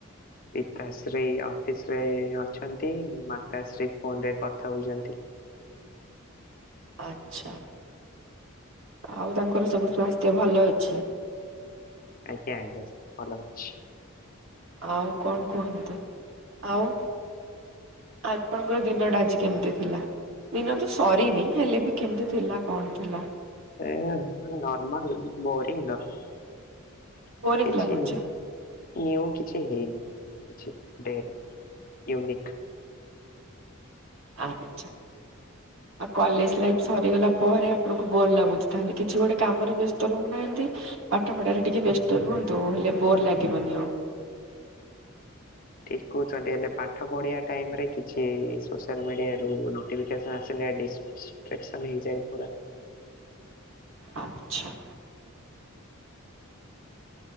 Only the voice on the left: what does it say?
ପିତାଶ୍ରୀ ଅଫିସରେ ଅଛନ୍ତି। ମାତାଶ୍ରୀ ଫୋନରେ କଥା ହଉଛନ୍ତି।
ଆଜ୍ଞା ଆଜ୍ଞା ଭଲ ଅଛି।
ଏ ଏ ନର୍ମାଲ୍ ବୋରିଙ୍ଗ କିଛି
ନିଉ କିଛି ହେଇନି କିଛି ଡେ ରେ ୟୁନିକ୍।
ଠିକ କହୁଛନ୍ତି ହେଲେ ପାଠ ପଢିବା ଟାଇମରେ କିଛି ସୋସିଆଲ ମିଡିଆରୁ ନୋଟିଫିକେସନ ଆସିଲେ ଡିସ୍ ଷ୍ଟ୍ରେକ୍ସନ୍ ହେଇଯାଏ ପୁରା।